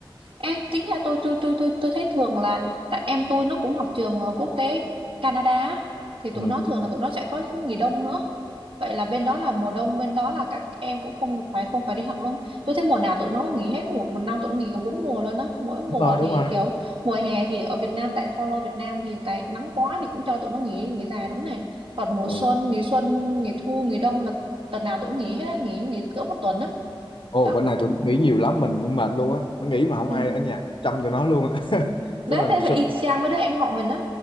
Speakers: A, on the right (about 80°); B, on the left (about 70°).
A: Ê, tính ra tôi tôi tôi tôi tôi thấy thường là tại em tôi nó cũng học trường ờ, quốc tế Canada á, thì tụi
B: ừ.
A: nó thường là tụi nó sẽ có nghỉ đông nữa vậy là bên đó là mùa đông bên đó là các em cũng không được phải không phải đi học luôn tôi thấy mùa nào tụi nó nghỉ hết một một năm tụi nó nghỉ bốn mùa luôn á mỗi mùa
B: đúng rồi đúng
A: thì
B: rồi
A: kiểu mùa hè thì ở Việt Nam tại follow Việt Nam thì tại nắng quá thì cũng cho tụi nó nghỉ nghỉ dài đúng này còn mùa
B: Ừ.
A: xuân nghỉ xuân nghỉ thu nghỉ đông là tuần nào tụi nó nghỉ hết á, nghỉ nghỉ cỡ một tuần á
B: Ồ,
A: đó.
B: bữa nay tụi nó nghỉ nhiều lắm, mình cũng mệt luôn á. Nó nghỉ mà không
A: Ừ.
B: ai ở nhà chăm tụi nó luôn á. <laughs>
A: đấy
B: Tức là ngày
A: thế
B: xưa
A: phải y chang với đứa em họ mình á